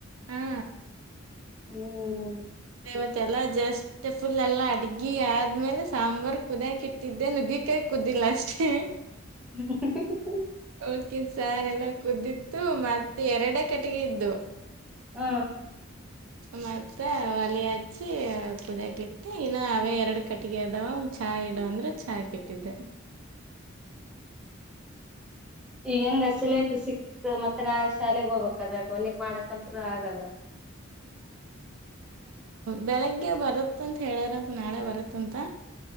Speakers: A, on the right (about 85°); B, in the centre.
A: ಹಾ
B: ಹ್ಮ್
A: ಇವತ್ತ ಎಲ್ಲಾ ಜಸ್ಟ್ ಫುಲ್ ಎಲ್ಲ ಅಡ್ಗಿ ಆದ್ಮೇಲೆ ಸಾಂಬಾರ್ ಕುದಿಯಕ್ ಇಟ್ಟಿದ್ದೆ ನುಗ್ಗಿಕಾಯಿ ಕುದಿಲ್ಲ ಅಷ್ಟೇ
B: <inaudible>
A: ಕ್ಕಿನ್ ಸಾರ್ ಎಲ್ಲ ಕುದ್ದಿತ್ತು ಮತ್ತೆ ಎರಡೆ ಕಟ್ಟಿಗೆ ಇದ್ದು
B: ಹ್ಮ
A: ಮತ್ತ ಒಲೆ ಹಚ್ಚಿ ಕುದಿಯಕಿಟ್ಟಿ ಇನ್ನು ಅವೇ ಎರಡು ಕಟ್ಟಿಗೆ ಅದಾವ ಚಹಾ ಇಡು ಅಂದ್ರೆ ಚಾ ಕಿ ಟ್ಟಿದ್ದೆ
B: ಈಗ್ಹೆಂಗ ಅಚ್ಚಲೇಂಡ್ರಿ ಚಿಕ್ ಮತ್ತೆ ನಾ ಶಾಲೆಗೋಬೇಕು ದಾಗ ಹೊಲಿಗ್ ಮಾಡಕಂತ್ರು ಆಗಲ್ಲ
A: ಬೆಳಿಗ್ಗೆ ಬರತ್ತಂತ್ ಹೇಳ್ಯಾರಂತ ನಾಳೆ ಬರತ್ತಂತ